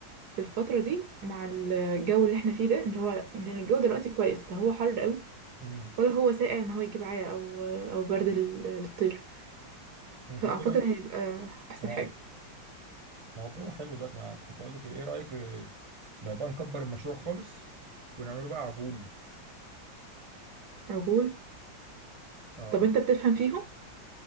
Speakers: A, on the right; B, on the right.
A: في الفترة دي مع الجو اللي احنا فيه ده اللي هو لأن الجو دلوقتي كويس لا هو حر قوي
B: امم
A: ولا هو ساقع ان هو يجيب عيا او او برد لل- للطير
B: انت
A: فاعتقد
B: بقى رايك
A: هيبقى احسن
B: اه
A: حاجه
B: ما هو الجو حلو دلوقتي ما كنت اقول لك ايه إيه رايك آه، لو بقى نكبر المشروع خالص ونعمله بقى عجول
A: عجول
B: اه
A: طب انت بتفهم فيهم